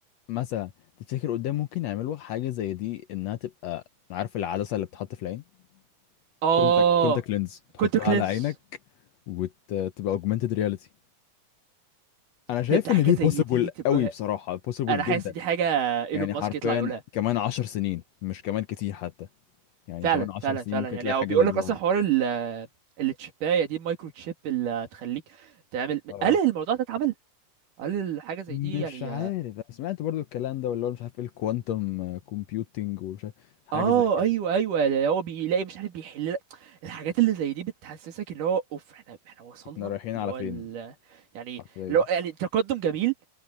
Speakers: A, on the left; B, on the right.
A: مثلا تفتكر قدام ممكن يعملوا حاجة زي دي انها تبقى عارف العدسة اللي بتحط في العين
B: اه
A: كونتاكت كونتاكت لينز تحطها
B: كونتر كلينس
A: على عينك وتبقى اوجمانتد رياليتي انا شايف
B: يا ده
A: ان
B: حاجه
A: دي
B: زي
A: بوسيبل
B: دي تبقى
A: قوي بصراحة بوسيبل
B: انا
A: جدا
B: حاسس دي حاجه ايلون
A: يعني
B: ماسك
A: حرفيا
B: يطلع يقولها
A: كمان عشر سنين مش كمان كتير حتى يعني
B: فعلا
A: كمان عشر
B: فعلا
A: سنين
B: فعلا
A: ممكن
B: يعني
A: تلاقي
B: هو
A: حاجة
B: بيقول
A: زي دي
B: لك
A: ظهرت
B: اصلا حوار التشيبايه دي المايكرو تشيب اللي تخليك تعمل
A: اه
B: هل الموضوع ده اتعمل هل الحاجه زي
A: مش
B: دي يعني
A: عارف أنا سمعت برضو الكلام ده واللي هو مش عارف ايه الكوانتم كومبيوتنج ومش عارف حاجة
B: اه
A: زي كده
B: ايوه ايوه اللي هو بيلاقي مش عارف بيحل لك الحاجات اللي زي دي بتحسسك اللي هو اوف احنا احنا وصلنا
A: احنا رايحين على
B: اللي هو
A: فين
B: ال... يعني
A: حرفيا
B: اللي هو يعني تقدم جميل